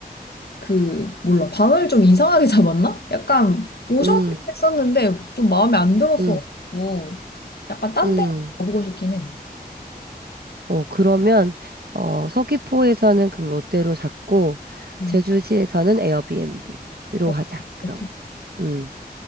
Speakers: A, on the left (about 80°); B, on the right (about 75°).
A: 그 몰라 방을 좀 이상하게 <laughs> 잡았나? 약간 오션뷰
B: 응,
A: 했었는데 좀 마음에 안 들었어가지고
B: 응,
A: 약간 딴데
B: 응.
A: 가보고 싶긴 해.
B: 어, 그러면 어, 서귀포에서는 그럼 롯데로 잡고
A: 음.
B: 제주시에서는 에어비앤비로
A: 어,
B: 하자. 그럼.
A: 이렇게
B: 음.